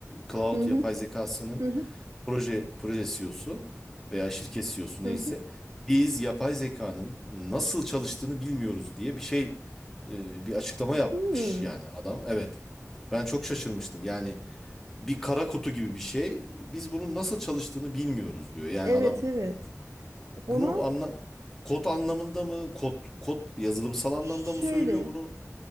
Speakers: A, in the centre; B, on the right.
A: Cloud
B: hı hı,
A: yapay zekasının
B: hı hı,
A: proje proje C E OS'u veya şirket CEO'su
B: hı
A: neyse
B: hı.
A: biz yapay zekanın nasıl çalıştığını bilmiyoruz diye bir şey e, bir açıklama yapmış
B: Hmm,
A: yani adam. Evet. Ben çok şaşırmıştım. Yani bir kara kutu gibi bir şey. Biz bunun nasıl çalıştığını bilmiyoruz diyor. Yani
B: Evet
A: adam
B: evet. Ona
A: bunu anla kod anlamında mı kod kod yazılımsal anlamda
B: şöyle
A: mı söylüyor bunu?